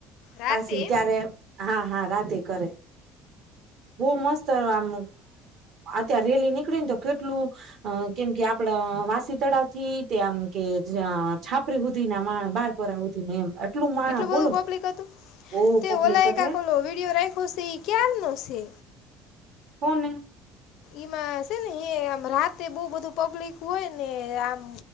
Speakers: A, on the left; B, on the right.
A: રાતે
B: પાછી ત્યારે હા હા રાતે કરે હું મસ્ત આમ અત્યારે રેલી નીકળી ને તો. કેટલું કેમ કે આપ. વાસી તળાવ થી તે આમ કે જ્યા છાપરી હુદી ના માણ બહાર પરા <unintelligible>
A: એટલું બધું
B: બોલો
A: પબ્લિક હતું?
B: બહુ
A: તે
B: પબ્લિક
A: ઓલાએ
B: એટલે
A: એ કાંક ઓલો વિડીયો રાયખો સી એ કીયાર નો સે?
B: કોને?
A: એમાં સે ને એ આમ રાતે બહુ બધું પબ્લિક હોય ને, આમ